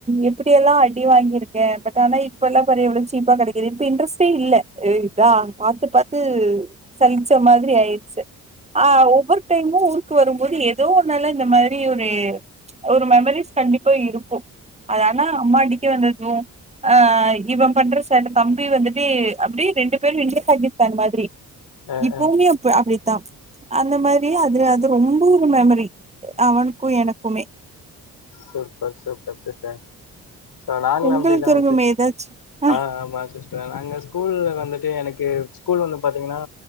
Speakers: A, on the right; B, on the left.
A: எப்படியெல்லாம் அடி வாங்கியிருக்கே பட் ஆனா இப்ப எல்லாம் பாறேன் எவ்வளோ சீப்பா கிடைக்கிது இப்ப இன்ட்ரெஸ்ட்டே இல்லை இதா பாத்து பாத்து சலிச்ச மாதிரி ஆயிருச்சு ஆ ஒவ்வொரு டைமும் ஊருக்கு வரும்போது ஏதோ ஒன்னால இந்த மாதிரி ஒரு ஒரு மெமரிஸ் கண்டிப்பா இருக்கும் அது ஆனா அம்மா அடிக்கே வந்ததும் ஆ இவன் பண்ற சேட்ட தம்பி வந்துட்டு அப்படியே ரெண்டு பேரும் இந்திய பாக்கிஸ்தான் மாதிரி
B: அ,
A: இப்போவுமே
B: அ.
A: அப்ப அப்டி த அந்த மாரி அது ரொம்ப ஒரு மெமரி அவனுக்கும் எனக்குமே
B: சூப்பர் சூப்பர் சிஸ்டர் சோ நாங்களும்
A: உங்களுக்கு
B: அப்படிதா
A: இருக்குமே
B: சிஸ்
A: ஏதாச்சு ஆ
B: ஆஹ் ஆமா சிஸ்டர் நாங்க ஸ்கூல்ல வந்து ட்டு எனக்கு ஸ்கூல் வந்து பாத்திங்கனா